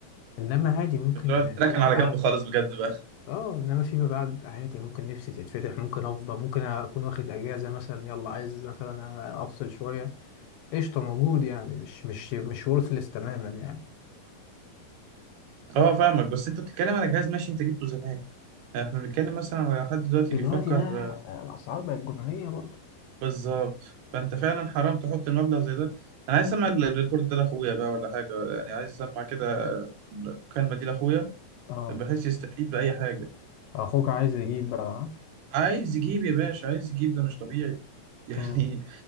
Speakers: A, on the left (about 80°); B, on the right (about 75°).
A: انما عادي ممكن
B: لا، ده
A: فيما
B: كان على
A: بعد
B: جنب خالص بجد بقى
A: اه انما فيما بعد عادي ممكن نفسي تتفتح ممكن افضى ممكن اكون واخد اجازه مثلا يلا عايز مثلا افصل شويه قشطه موجود يعني مش مش مش worthless تماما يعني
B: اه فاهمك بس انت بتتكلم على جهاز ماشي انت جبته زمان يعني احنا بنتكلم مثلا على حد دلوقتي
A: دلوقتي
B: بيفكر
A: بقى
B: آه،
A: آه، الاسعار بقت جنونيه برضه
B: بالظبط فانت فعلا حرام تحط المبلغ زي ده انا عايز اسمع ال- الريكورد ده لاخويا بقى ولا حاجه يعني عايز اسمع كده المكالمه دي لاخويا
A: اه
B: بحيث يستفيد باي حاجه
A: اخوك عايز يجيب بقى
B: عايز يجيب يا باشا عايز يجيب ده مش طبيعي <laughs> يعني
A: امم